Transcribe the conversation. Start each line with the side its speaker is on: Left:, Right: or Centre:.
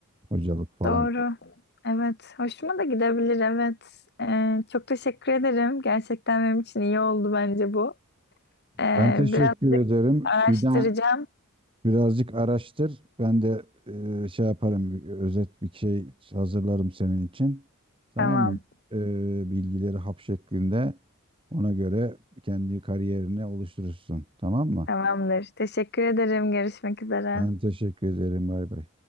Right: hocalık falan.
Left: Doğru. Evet. Hoşuma da gidebilir. Evet. Ee, çok teşekkür ederim. Gerçekten benim için iyi oldu bence bu. Ee,
Right: Ben teşekkür
Left: birazcık
Right: ederim.
Left: araştıracağım.
Right: Bir daha Birazcık araştır. Ben de e, şey yaparım, bir özet bir şey hazırlarım senin için. Tamam
Left: Tamam.
Right: mı? E, bilgileri hap şeklinde ona göre kendi kariyerini oluşturursun. Tamam mı?
Left: Tamamdır. Teşekkür ederim. Görüşmek üzere.
Right: Ben teşekkür ederim. Bay bay.